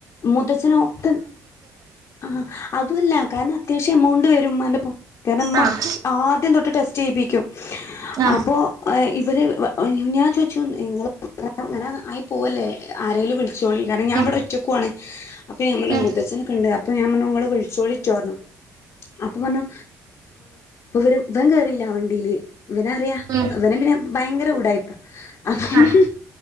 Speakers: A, on the left; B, on the right.
A: മൂത്തച്ഛനൊക്കെ ആ അതുഅല്ല കാരണം അത്യാവശ്യം എമൗണ്ട് വരും മ്മാന്റെപ്പം കാരണം മ്മ
B: ആഹ്
A: ആദ്യം തൊട്ട് ടെസ്റ്റ് ചെയ്യിപ്പിക്കും
B: ആഹ്
A: അപ്പൊ എ ഇവര് <unintelligible> ഞാൻ ചോദിച്ചു നിങ്ങൾ <unintelligible> ആയി പോവല്ലേ ആരേലും വിളിച് ചോളി കാര ഞാൻവിടെ
B: ഉം
A: ഒറ്റക്കുവാണ് അപ്പൊ ഞാന്‍ പറഞ്ഞു
B: ഉം
A: മൂത്തച്ഛനെ കണ്ട അപ്പൊ ഞാൻ പറഞ്ഞു നിങ്ങള്‍ വിളിച്ചോളി ട്ട് പറഞ്ഞു അപ്പൊ പറഞ്ഞു ഇവ ഇവൻ കേറില്ല വണ്ടിയില് ഇവന്‍ അറിയ
B: ഉം
A: ഇവനെ പിന്നെ ഭയങ്കര ഉടായ്പ് ആ ഹ്
B: ആഹ്
A: ഹ്